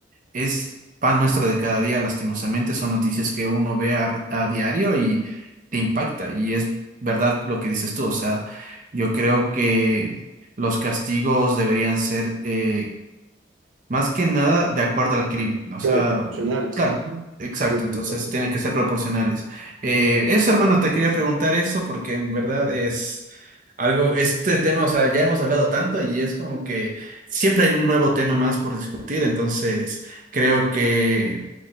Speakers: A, on the right; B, on the right.
A: es pan nuestro de cada día, lastimosamente, son noticias que uno ve a, a diario y te impacta. Y es verdad lo que dices tú, o sea, yo creo que los castigos deberían ser... eh, más que nada de acuerdo al crimen. O sea,
B: Claro, profesionales.
A: claro,
B: Ujú.
A: exacto.
B: Creo que
A: Entonces
B: me encanta.
A: tienen que ser proporcionales. Eh, eso, hermano, te quería preguntar eso porque en verdad es algo, este tema, o sea, ya hemos hablado tanto y es como que siempre hay un nuevo tema más por discutir. Entonces creo que,